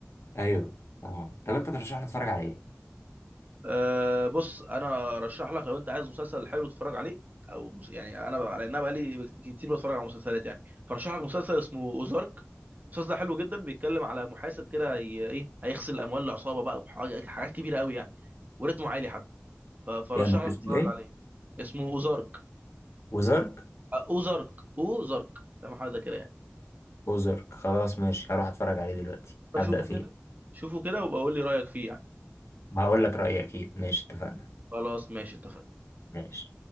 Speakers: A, on the left; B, on the right.
A: ايوه اه طب انت ترشح لي اتفرج على ايه
B: أه بص انا ارشح لك لو انت عايز مسلسل حلو تتفرج عليه او مس- يعني انا بقى- لان انا بقالي كتير بتفرج على مسلسلات يعني فرشح لك مسلسل اسمه اوزارك المسلسل ده حلو جدا بيتكلم على محاسب كده ي- ايه هيغسل اموال العصابه بقى وحاجات كبيره قوي يعني وريتمه عالي حتى ف- فرشح
A: جامد
B: لك
A: اسمه
B: تتفرج
A: ايه
B: عليه اسمه اوزارك
A: وزارك
B: اوزارك اوزارك فاهم حاجه كده يعني
A: اوزارك خلاص ماشي هروح اتفرج عليه دلوقتي هبدأ
B: اشوفه
A: فيه
B: كده شوفه كده وابقى قول لي رايك فيه يعني
A: وهقول لك رأيي اكيد ماشي اتفقنا
B: خلاص ماشي اتفقنا
A: ماشي